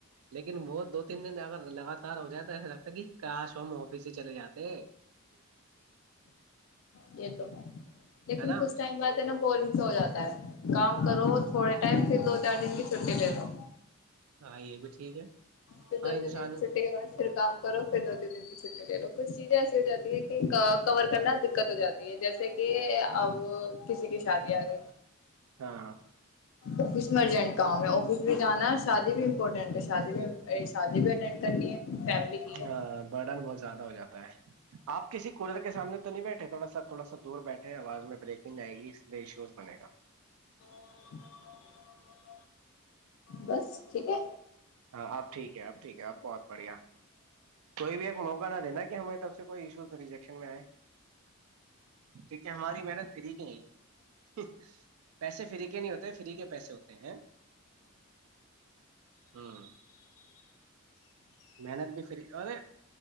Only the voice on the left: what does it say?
یہ تو ہے
لیکن
کچھ ٹائم بعد ہے نا بورنگ سے ہو جاتا ہے کام کرو تھوڑے ٹائم پھر دو چار دن کی چھٹی لے لو
پھر
دو
تین دن چھٹی کے بعد پھر کام کرو پھر دوین دن کی چھٹی لے لو کچھ چیزیں ایسی ہو جاتی ہیں کہ کور کرنا دقت ہو جاتی ہے جیسے کہ اب کسی کی شادی فیااد
آفس ارجنٹ کام ہے آفس بھی جانا ہے شادی بھی امپورٹینٹ ہے شادی بھی شادی بھی اٹینڈ کرنی ہے فیملی کی ہے
السلام علیکم محترم بھائی جان بس ٹھیک ہے